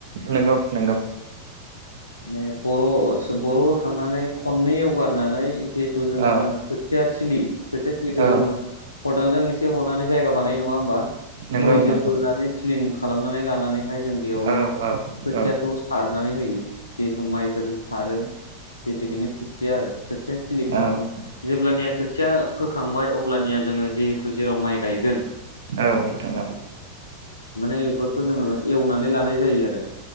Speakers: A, on the right; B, on the left.
A: नोंगौ नोंगौ
B: माने बर' बर' होखांनानै खननै एवगारनानै जिहेथु जोङो
A: औ
B: खो खोथिया थोलि खोथिया थोलिखौ
A: औ
B: जोङो खदालजों एसे हनानै जायगा बानायो नङा होनबा।
A: नंगौ
B: मैजों
A: नंगौ
B: बोनानै सिलिम खालामनानै लानानैहाय जों बेयावनो
A: औ औ
B: खोथियाखौ
A: औ
B: सारो। नानै होयो। जिहेतु माइफोर सारो जितुखिनि खोथिया आरो खोथिया खिलिखांजोब
A: औ
B: अब्लानिया खोथिया फोखांबाय अब्लानिया जोङो जिहेतु जेराव माइ गायगोन
A: औ नोंथां औ
B: माने बेफोरखौ जोङो एवनानै लानाय जायो आरो।